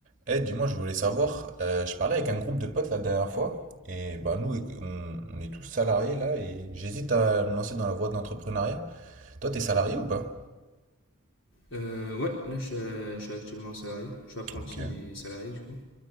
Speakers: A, on the right (about 35°); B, on the left (about 70°).
A: Eh, dis-moi, je voulais savoir, euh, je parlais avec un groupe de potes la dernière fois, et bah nous, on, on est tous salariés là, et j'hésite à me lancer dans la voie de l'entrepreneuriat. Toi, t'es salarié ou pas?
B: Euh, ouais, là je suis, euh, je suis actuellement salarié. Je suis apprenti,
A: Ok.
B: mais salarié du coup.